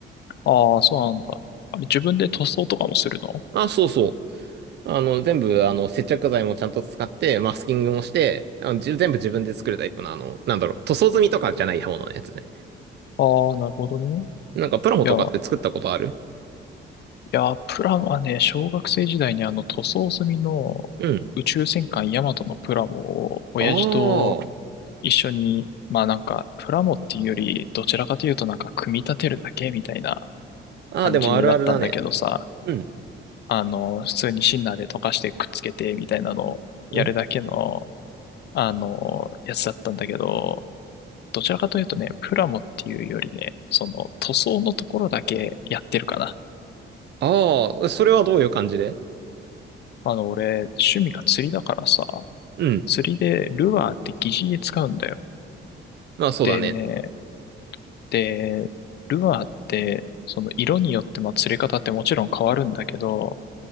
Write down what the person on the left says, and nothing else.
う。ああ、そうなんだ。あれ、自分で塗装とかもするの
ああー、なるほどね。
いや、いや、プラはね、小学生時代にあの塗装済みの宇宙戦艦ヤマトのプラモを、
親父と
一緒に、まあなんか、プラモっていうより、どちらかというとなんか、組み立てるだけみたいな
感じだったんだけどさ、
あの、普通にシンナーで溶かしてくっつけてみたいなのをやるだけの、
あの、やつだったんだけど、どちらかというとね、プラモっていうよりね、その塗装のところだけやってるかな。
あの、俺、趣味が釣りだからさ、
釣りでルアーって擬似餌使うんだよ。
でね、で、ルアーって、その色によってまあ釣れ方ってもちろん変わるんだけど、